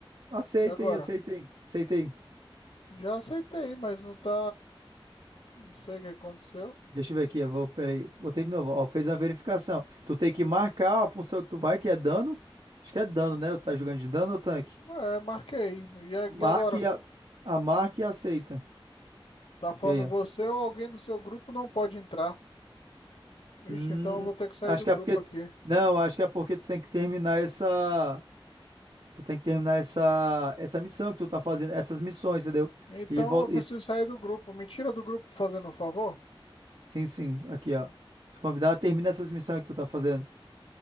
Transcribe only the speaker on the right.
Aceitem,
aceitem, aceitem.
Deixa eu ver aqui, eu vou, peraí, botei de novo, ó, fez uma verificação. Tu tem que marcar a função que tu vai, que é dano. Acho que é dano, né? Tá jogando de dano ou tanque?
Marque
a, a marca e aceita.
E aí, ó.
Hum,
acho
que
é porque.
Não, acho que é porque tu tem que terminar essa. Tu tem que terminar essa, essa missão que tu tá fazendo, essas missões, entendeu?
E volta.
Sim, sim, aqui, ó. Se convidar, termina essas missões que tu tá fazendo.